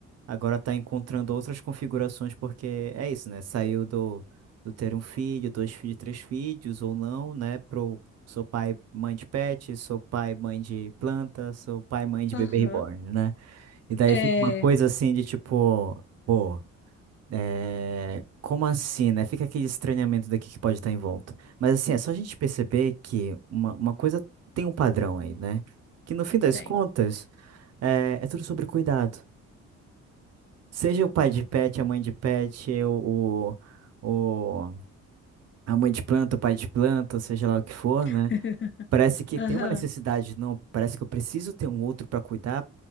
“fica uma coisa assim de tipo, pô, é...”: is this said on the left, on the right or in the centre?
Right